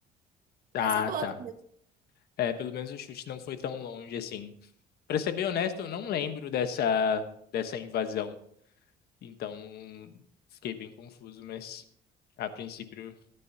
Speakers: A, on the left; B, on the right.
A: Ah,
B: Essa é boa.
A: tá. É, pelo menos o chute não foi tão longe assim. Pra ser bem honesto, eu não lembro dessa, dessa invasão. Então, fiquei bem confuso, mas a princípio